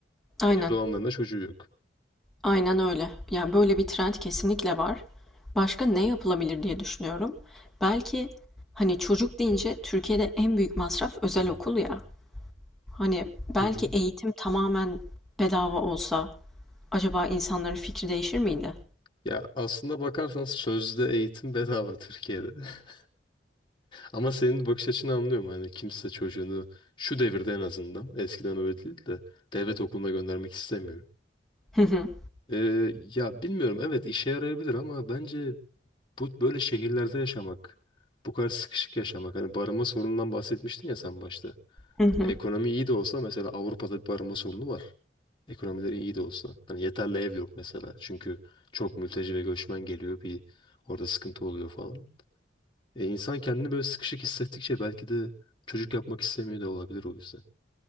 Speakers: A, in the centre; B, on the left.
A: Aynen.
B: Evli olanların da çocuğu yok.
A: Aynen öyle. Yani böyle bir trend kesinlikle var. Başka ne yapılabilir diye düşünüyorum. Belki hani çocuk deyince Türkiye'de en büyük masraf özel okul ya. Hani belki
B: Hı hı.
A: eğitim tamamen bedava olsa acaba insanların fikri değişir miydi?
B: Ya aslında bakarsan sözde eğitim bedava Türkiye'de. <laughs> Ama senin bakış açını anlıyorum. Hani kimse çocuğunu şu devirde en azından eskiden öyle değil de devlet okuluna göndermek istemiyor.
A: Hı hı,
B: Ee, ya bilmiyorum evet işe yarayabilir ama bence bu böyle şehirlerde yaşamak, bu kadar sıkışık yaşamak. Hani barınma sorunundan bahsetmiştin ya sen başta.
A: hı hı,
B: Hani ekonomi iyi de olsa mesela Avrupa'da bir barınma sorunu var. Ekonomileri iyi de olsa. Hani yeterli ev yok mesela. Çünkü çok mülteci ve göçmen geliyor bir orada sıkıntı oluyor falan. E, insan kendini böyle sıkışık hissettikçe belki de çocuk yapmak istemiyor da olabilir o yüzden.